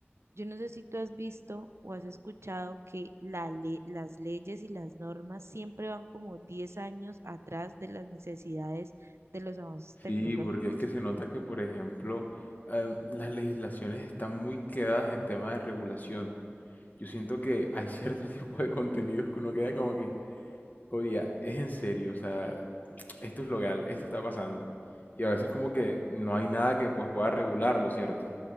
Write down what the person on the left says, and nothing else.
Sí,
porque es que se nota que, por ejemplo, em, las legislaciones están muy quedadas en tema de regulación. Yo siento que hay cierto <laughs> tipo de contenidos que uno queda como que, oye, es en serio, o sea, esto es legal, esto está pasando. Y a veces como que no hay nada que pues pueda regularlo, ¿cierto?